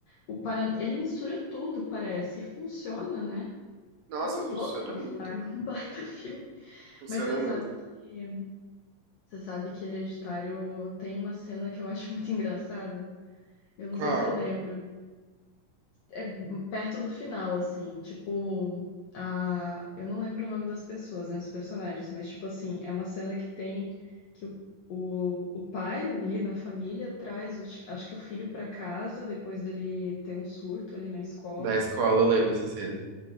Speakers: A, on the left; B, on the right.
A: O para... Ele mistura tudo, parece, e funciona, né?
B: Nossa,
A: Eu adoro
B: funciona
A: Hereditário,
B: muito.
A: <laughs> um baita filme.
B: Funciona
A: Mas você
B: muito.
A: sabe que, você sabe que Hereditário tem uma cena que eu acho muito engraçada. Eu não
B: Qual?
A: sei se você lembra. é perto do final, assim, tipo, a... eu não lembro o nome das pessoas, né, dos personagens, mas, tipo assim, é uma cena que tem que o, o, o pai ali na família traz, o chi- acho que o filho pra casa, depois dele ter um surto ali na escola,
B: Na escola, eu lembro dessa cena.